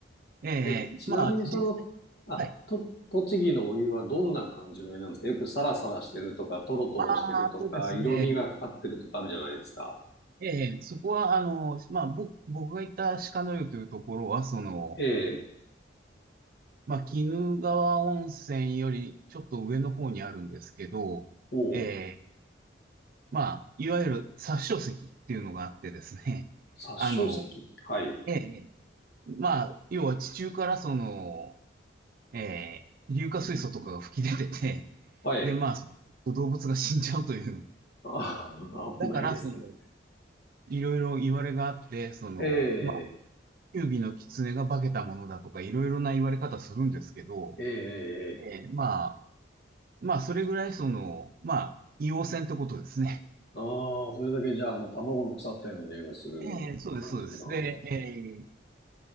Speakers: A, on the right (about 50°); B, on the left (about 55°).
A: ええ、
B: え、ちなみにその、
A: まあ、実際、
B: あ、
A: はい。
B: と、栃木のお湯はどんな感じのお湯なんですかよくサラサラしてるとか、トロトロしてるとか、
A: ああ、そうですね。
B: 色味がかかってるとかあるじゃないですか。
A: ええ、そこは、あの、まあ、僕僕が行った鹿の湯というところは、その、
B: ええ、
A: まあ、鬼怒川温泉よりちょっと上の方にあるんですけど、
B: おう、
A: ええ、まあ、いわゆる殺生石っていうのがあってですね、
B: 殺生石はい、
A: <laughs> あの、ええ、まあ、要は地中からその、ええ、硫化水素とかが吹き出てて、<laughs>
B: はい。
A: で、まあ、動物が死んじゃうという。
B: あー、
A: だから、
B: <laughs> 危ないですね。
A: その、いろいろ言われがあって、その、
B: ええ、
A: 九尾の狐が化けたものだとか、いろいろな言われ方するんですけど、
B: ええ、ええ。
A: えーまあ、まあ、それぐらいその、まあ、硫黄泉ってことですね。
B: ああ、それだけじゃあ、あの、卵の腐ったような匂いがする感じなの。
A: えーそうです、そうです。で、えー